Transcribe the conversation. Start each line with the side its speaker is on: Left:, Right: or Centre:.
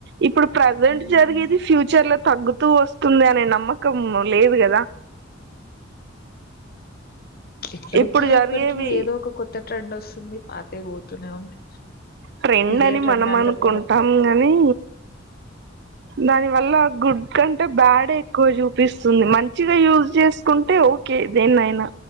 Right: ఇప్పుడు ప్రజెంట్
Left: హ్మ్.
Right: జరిగేది ఫ్యూచర్ లో తగ్గుతూ వస్తుంది అనే నమ్మకం మ్మ్ లేదు కదా
Left: ఇప్పటికి
Right: ఇప్పుడు జరిగేవి
Left: అప్పటికి ఏదో ఒక కొత్త ట్రెండ్ వస్తుంది. పాతయి పోతూనే ఉన్నాయి.
Right: ట్రెండ్
Left: ఇదే
Right: అని
Left: ట్రెండ్
Right: మనం అనుకుంటాం
Left: చెప్పలేం.
Right: గాని దాని వల్ల గుడ్ కంటే బ్యాడే ఎక్కువ చూపిస్తుంది మంచిగా యూజ్ చేసుకుంటే ఓకే దేన్నైనా